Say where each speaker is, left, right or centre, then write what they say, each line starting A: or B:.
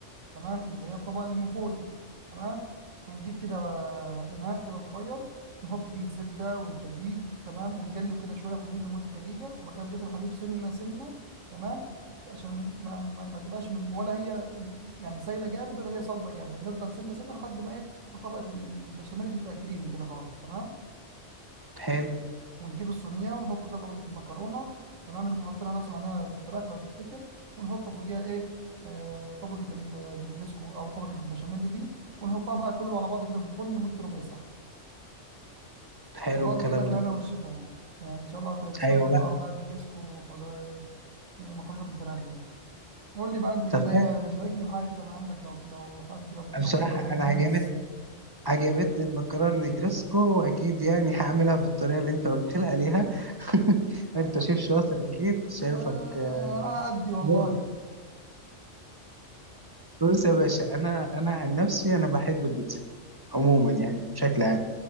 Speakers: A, on the right (about 85°); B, on the right (about 20°).
A: تمام اللي هي الطبقه اللي من فوق دي تمام هنجيب كده آه، اناء كده صغير نحط فيه الزبده والدقيق تمام ونقلب كده شويه حلوين لمده دقيقه وبعد كده نضيف الحليب سنه سنه تمام عشان ما, ما, ما تبقاش من ولا هي يعني سايله جامد ولا هي صلبه جامد نفضل سنه سنه لحد ما ايه ما طبقه البشاميل دي تبقى كريمي كده خالص تمام
B: حلو
A: ونجيب الصينيه ونحط فيها طبقه المكرونه تمام اللي احنا حطينا اصلا عليها الفراخ لو تفتكر ونحط فوقيها ايه آه طبقه ال- النجريسكو او طبقه البشاميل دي ونحطها بقى كله على بعض كده في الفرن لمده ربع ساعه
B: حلو
A: وبعد
B: الكلام
A: كده بالهنا
B: ده
A: والشفا يعني يعني ان شاء الله تستمتع
B: ايوه بقى
A: بقى على نجريسكو ومج- إيه، مكرونه بالفراخ يعني قول لي بقى انت
B: طب
A: كده ايه
B: فعلا-
A: شاركني بحاجه كده من عندك لو لو حابب لو, لو
B: بصراحه
A: يعني انت مميز
B: انا عجبت عجبتني المكرونه نجرسكو واكيد يعني هعملها بالطريقه اللي انت قلت لي عليها <laughs>
A: لا
B: انت
A: يا-
B: شيف شاطر اكيد شايفك
A: آه،
B: آه،
A: انا على قدي والله
B: مبدع بص يا باشا انا انا عن نفسي انا بحب البيتزا عموما يعني بشكل عام